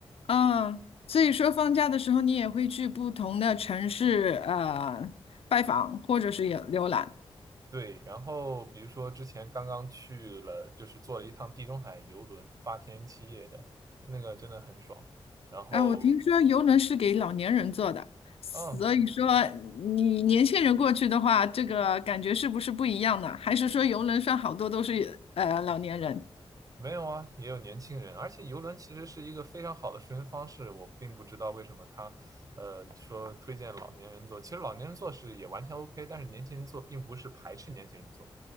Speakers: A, on the left; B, on the right.
A: 嗯，所以说放假的时候，你也会去不同的城市呃拜访或者是也浏览。
B: 对，然后比如说之前刚刚去了，就是坐了一趟地中海游轮，八天七夜的，那个真的很爽。然后，
A: 啊，我听说游轮是给老年人坐的，所以说
B: 嗯，
A: 你年轻人过去的话，这个感觉是不是不一样呢？还是说游轮上好多都是呃老年人？
B: 没有啊，也有年轻人，而且游轮其实是一个非常好的出行方式。我并不知道为什么他，呃，说推荐老年人坐，其实老年人坐是也完全 OK，但是年轻人坐并不是排斥年轻人坐，